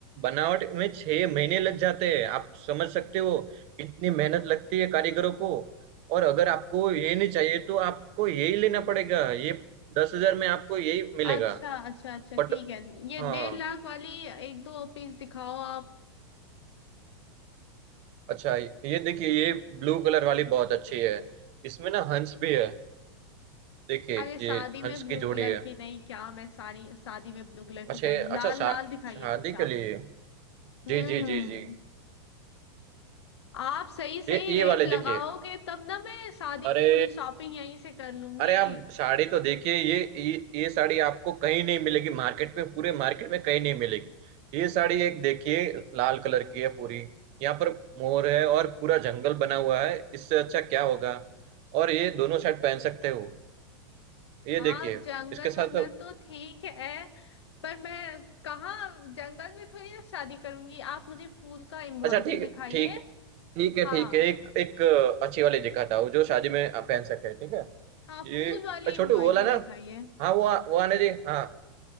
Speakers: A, on the right (about 45°); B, on the left (about 75°).
A: बनावट में छह महीने लग जाते हैं आप समझ सकते हो कितनी मेहनत लगती है कारीगरों को और अगर आपको ये नहीं चाहिए तो आपको यही लेना पड़ेगा ये दस हजार में आपको यही मिलेगा
B: अच्छा अच्छा अच्छा
A: पट
B: ठीक है ये
A: हाँ
B: डेढ़ लाख वाली एक दो पीस दिखाओ आप
A: अच्छा ये देखिए ये ब्लू कलर वाली बहुत अच्छी है इसमें ना हंस भी है देखिए
B: अरे शादी
A: ये
B: में
A: हंस
B: ब्लू
A: की जोड़ी
B: कलर
A: है
B: की नहीं क्या मैं सारी शादी में ब्लू कलर
A: अच्छा
B: की पहनूं लाल
A: अच्छा शा,
B: लाल दिखाइए
A: शादी
B: कुछ
A: के
B: आप
A: लिए
B: हम्म
A: जी जी जी
B: हम्म
A: जी
B: आप सही सही
A: ये
B: रेट
A: ये वाले
B: लगाओगे
A: देखिए
B: तब ना मैं शादी
A: अरे
B: की पूरी शॉपिंग यहीं से कर लूंगी
A: अरे आप साड़ी तो देखिए ये ये ये साड़ी आपको कहीं नहीं मिलेगी मार्केट में पूरे मार्केट में कहीं नहीं मिलेगी ये साड़ी एक देखिए लाल कलर की है पूरी यहाँ पर मोर है और पूरा जंगल बना हुआ है इससे अच्छा क्या होगा और ये दोनों साइड पहन सकते हो ये
B: हाँ
A: देखिए
B: जंगल
A: इसके साथ
B: वंगल
A: तो,
B: तो ठीक है पर मैं कहाँ जंगल में थोड़ी ना शादी करूंगी आप मुझे फूल का एम्ब्रॉयडरी
A: अच्छा ठीक
B: दिखाइए
A: ठीक ठीक है
B: हाँ
A: ठीक है एक एक अच्छी वाली दिखाता हूँ जो शादी में आप पहन सके ठीक है
B: हाँ
A: ये
B: फूल वाली
A: छोटे
B: एम्ब्रॉयडरी
A: वो वाला ना
B: दिखाइए
A: हाँ वो वो आने जी हाँ